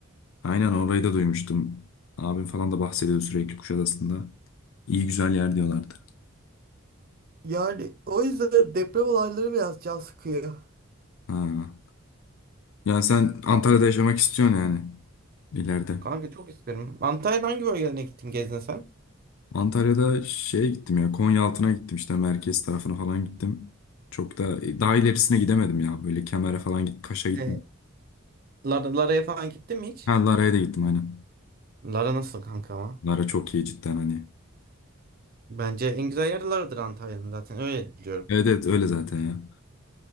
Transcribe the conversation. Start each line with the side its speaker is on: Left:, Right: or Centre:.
Left: Aynen orayı da duymuştum. Abim falan da bahsediyor sürekli Kuşadası'nda. İyi güzel yer diyorlardı.
Right: Yani o yüzden deprem olayları biraz can sıkıyor.
Left: Ha. Yani sen Antalya'da yaşamak istiyorsun yani ileride.
Right: Kanka çok isterim. Antalya'da hangi bölgelerine gittin gezdin sen?
Left: Antalya'da şeye gittim ya Konyaaltı'na gittim işte merkez tarafına falan gittim. Çok da e, daha ilerisine gidemedim ya böyle Kemer'e falan git Kaş'a gittim.
Right: E, Lara, Lara'ya falan gittin mi hiç?
Left: Ha Lara'ya da gittim aynen.
Right: Lara nasıl kanka ama?
Left: Lara çok iyi cidden hani.
Right: Bence en güzel yer Lara'dır Antalya'nın zaten öyle biliyorum
Left: Evet
Right: ben.
Left: evet öyle zaten ya.